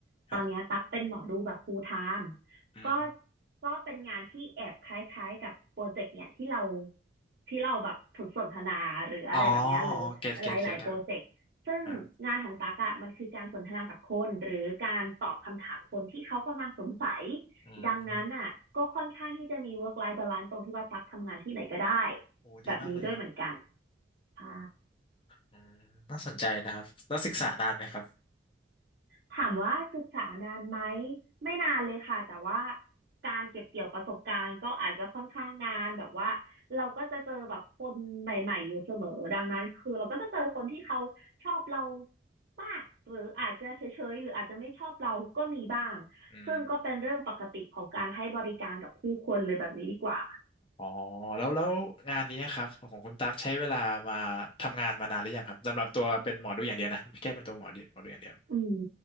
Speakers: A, on the right; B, on the left.
A: ตอนเนี้ยตักเป็นหมอดูแบบ
B: ครับ
A: full time
B: อืม
A: ก็ก็เป็นงานที่แอบคล้ายๆกับโปรเจกต์เนี่ยที่เราที่เราแบบสนทนาหรืออะไรแบบเนี้ยหรือหลายๆโปรเจกต์ซึ่งงานของตักอะมันคือการสนทนากับคนหรือการตอบคำถามคนที่เขากำลังสงสัย
B: อ๋ออ๋อเก็ตเก็ตเก็ตครับครับอืม
A: ดังนั้นอ่ะก็ค่อนข้างที่จะมี work life balance ตรงที่ว่าตักทำงานที่ไหนก็ได้
B: โอ้ดีมากเลยครับ
A: แบบนี้ด้วยเหมือนกันใช่
B: อืมน่าสนใจนะครับแล้วศึกษานานไหมครับ
A: ถามว่าศึกษานานไหมไม่นานเลยค่ะแต่ว่าการเก็บเกี่ยวประสบการณ์ก็อาจจะค่อนข้างนานแบบว่าเราก็จะเจอแบบคนใหม่ๆอยู่เสมอดังนั้นคือเราก็จะเจอคนที่เขาชอบเรามากหรืออาจจะเฉยๆหรืออาจจะไม่ชอบเราก็มีบ้าง
B: อืม
A: ซึ่งก็เป็นเรื่องปกติของการให้บริการกับผู้คนเลยแบบนี้ดีกว่า
B: อ๋อแล้วแล้วงานนี้ครับของคุณตั๊กใช้เวลามาทำงานมานานหรือยังครับสำหรับตัวเป็นหมอดูอย่างเดียวนะแค่เป็นตัวหมอดูหมอดูอย่างเดียว
A: อืม